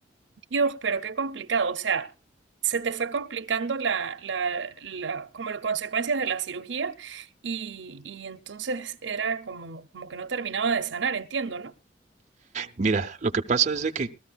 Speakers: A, on the right; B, on the right.
A: Dios, pero qué complicado. O sea, se te fue complicando la, la, la- como las consecuencias de la cirugía y, y entonces era como, como que no terminaba de sanar, entiendo, ¿no?
B: Mira, lo que pasa es de que